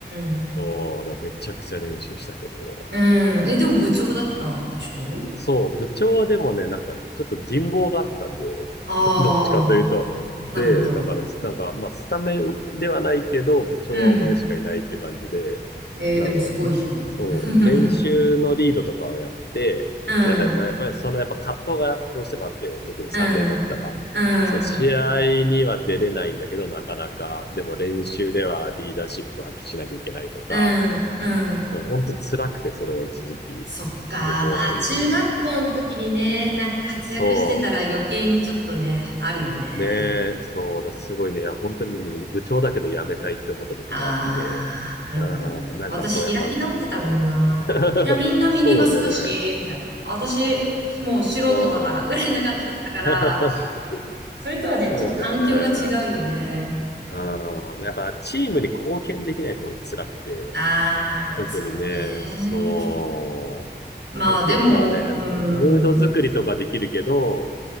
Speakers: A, on the right; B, on the left.
A: ん、
B: おー、だからめちゃくちゃ練習したけども、
A: うん。
B: そ
A: え、でも部長だったんでしょ
B: うそう、部長はでもね、なんか、ちょっと人望があったんで、
A: ああ、
B: <laughs> どっちかというと。で、
A: なるほど。
B: だから、なんか、まあ、スタメンではないけど、部長はお前しかいないって感じで、
A: うん。えー、
B: なんか、
A: でもすごいじゃん。
B: そう、
A: <laughs>
B: 練習のリードとかをやって、
A: うん、
B: いや、でもやっぱりそのやっぱ葛藤がどうしてもあって、
A: <laughs> うん、
B: 特に3年だったら、
A: うん、うん、
B: そう、試合には出れないんだけど、なかなか、でも練習ではリーダーシップ発揮しなきゃいけないとか、
A: うん、うん。
B: 本当辛くて、それが一時期。
A: そっか。
B: でもう、
A: まあ、中学校の時にね、
B: い
A: なんか活躍してたら余計にちょっとね、
B: そ
A: あるよね。
B: う。ねえ、そうだ、すごいね。いや、本当にもう部長だけど辞めたいって思った時もあって。
A: ああ、なるほど。
B: うん、なんかそう、
A: 私開き直ってたもんな。
B: やっぱ、じ <laughs>
A: いや、みんなミニバスだし、
B: そうだよね。
A: みたいな。私、もう素人だから、
B: <laughs> うん。
A: ぐらいな感じだったから、
B: <laughs>
A: それとはね、
B: そうだよね。
A: ちょっと環境が違うよね。
B: うん。やっぱチームに貢献できないってのが辛くて。
A: ああ、
B: 特にね、
A: そうね。
B: そう。
A: まあでも、
B: 特にまあね、
A: うん。
B: ムード作りとかできるけど、